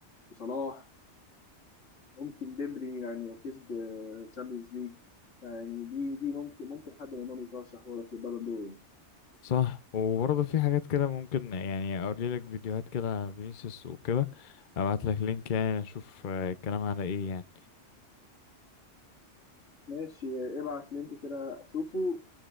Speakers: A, on the left; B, on the left.
A: وصلاح ممكن ديمبلي يعني لو كسب تشامبيونز ليج يعني دي دي ممكن ممكن حد منهم يترشح برضه للبالون دور يعني
B: صح وبرضه في حاجات كده ممكن يعني اوري لك فيديوهات كده على فينيسيوس وكده ابعت لك لينك يعني اشوف آه، الكلام على ايه يعني
A: ماشي ابعت لينك كده اشوفه